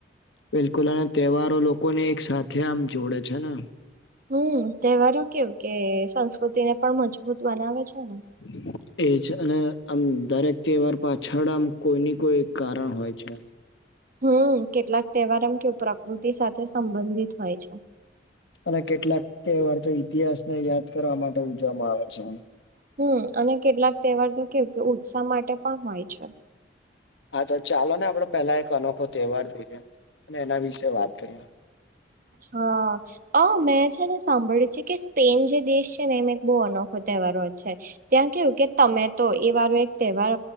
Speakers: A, on the left; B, on the right.
A: બિલકુલ અને તહેવારો લોકોને એક સાથે આમ જોડે છે ને
B: હમ્મ તહેવારો કેવ કે સંસ્કૃતિ ને પણ મજબૂત બનાવે છે ને
A: હમ્મ એ છે અને આમ દરેક તહેવાર પાછળ આમ કોઈ ની કોઈ કારણ હોય છે
B: હમ્મ કેટલાક તહેવાર એમ કેવું પ્રકૃતિ સાથે સંબંધિત હોય છે
A: અને કેટલાક તહેવાર તો ઇતિહાસ ને યાદ કરવા માટે ઉજવામાં આવે છે
B: હમ્મ અને કેટલાક તહેવાર તો કેવું કે ઉત્સાહ માટે પણ હોય છે
A: હા તો ચાલો ને આપડે પેલા એક અનોખો તહેવાર જોઈએ અને એના વિશે વાત કરીએ
B: હા અ મેં છે ને સાંભળ્યું છે કે સ્પેન જે દેશ છે ને એમાં એક બહુ અનોખો તહેવારો છે ત્યાં કેવું કે તમે તો એ વારો એક તહેવાર